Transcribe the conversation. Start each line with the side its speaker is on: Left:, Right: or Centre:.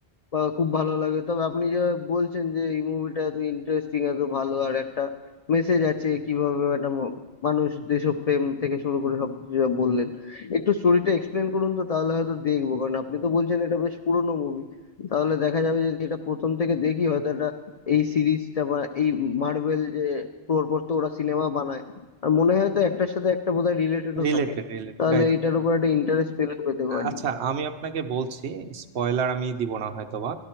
Left: বা খুব ভালো লাগে তবে আপনি যে বলছেন যে এই মুভিটা এত ইন্টারেস্টিং এত ভালো আর একটা মেসেজ আছে কিভাবে একটা ম- মানুষ দেশপ্রেম থেকে শুরু করে সবকিছু যা বললেন একটু স্টোরিটা এক্সপ্লেন করুন তো তাহলে হয়তো দেখবো কারণ আপনি তো বলছেন এটা বেশ পুরোনো মুভি তাহলে দেখা যাবে যে এটা প্রথম থেকে দেখি হয়তো এটা এই সিরিজটা বা এই মার্বেল যে পরপর তো ওরা সিনেমা বানায় আর মনে হয় তো একটার সাথে একটা বোধহয় রিলেটেডও
Right: Related
Left: থাকে
Right: related
Left: তাহলে এটার উপর একটা ইন্টারেস্ট পেলে পেতে পারি
Right: আচ্ছা আমি আপনাকে বলছি স্পয়লার আমি দিব না হয়তোবা